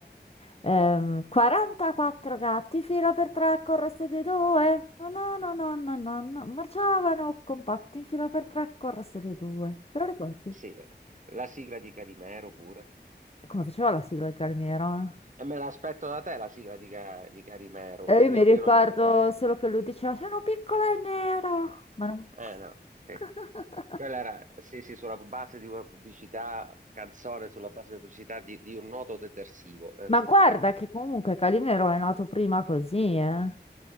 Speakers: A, on the left; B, on the right.
A: eh, ehm, 44 gatti, fila per tre, corresse di due. No, no, no, no, no, no, no, marciavano compatti in fila per tre, corresse di due. Te lo ricordi?
B: sì, la sigla di Carimero pure.
A: Come faceva la sigla il calmiero? eh?
B: E me l'aspetto da te la sigla di, Ca- di Carimero,
A: E io
B: io,
A: mi ricordo
B: io non me la posso...
A: solo che lui diceva, sono piccola e nera. Ma, non-
B: Eh, no, sì.
A: <laughs>
B: Quella era, sì, sì, sulla base di una pubblicità, canzone sulla base di una pubblicità di, di un noto detersivo. Eh,
A: Ma
B: sì,
A: guarda
B: vabbè,
A: che comunque Calimero è nato prima così, eh.